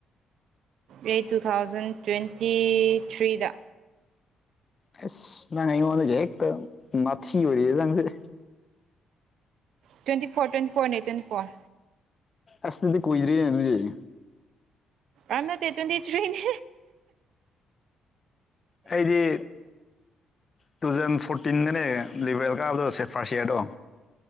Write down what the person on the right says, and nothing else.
ꯑꯩ ꯇꯨꯊꯥꯎꯖꯟ ꯇ꯭ꯋꯦꯟꯇꯤ ꯊ꯭ꯔꯤꯗ꯫
ꯇ꯭ꯋꯦꯟꯇꯤ ꯐꯣꯔ ꯇ꯭ꯋꯦꯟꯇꯤ ꯐꯣꯔꯅꯦ ꯇ꯭ꯋꯦꯟꯇꯤ ꯐꯣꯔ꯫
ꯑ ꯅꯠꯇꯦ ꯇꯋꯦꯟꯇꯤ ꯊ꯭ꯔꯤꯅꯦ꯫